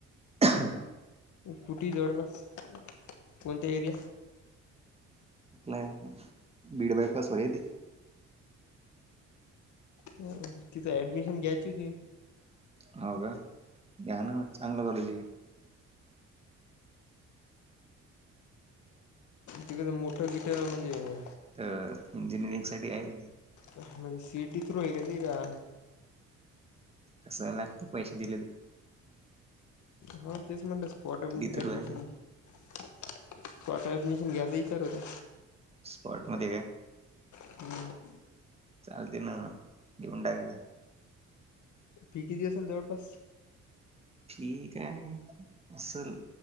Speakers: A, on the right; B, on the left.
A: ह
B: कुटी जवळपास कोणत्या एरिया?
A: नाय आता बीडबॅग पास. <unintelligible>
B: तिथे ॲडमिशन घ्यायची होती?
A: हाव का या ना चांगला कॉलेज आहे.
B: ते कसं मोठं <unintelligible> म्हणजे हाय.
A: तर इंजिअरिंगसाठी आहे?
B: म्हणजे सि टी थ्रू आहे का ते का?
A: कशा लागती पैशे दिलेत.
B: हो तेच म्हटलं स्पॉटम
A: थ्रू
B: ऍडमिशन
A: आहे
B: स्पॉट ऍडमिशन घ्यायचं विचार होता.
A: स्पॉट मध्ये काय?
B: हम्म.
A: चालते ना घेऊन टाका.
B: पी के जी असल जवळपास?
A: पी काय असल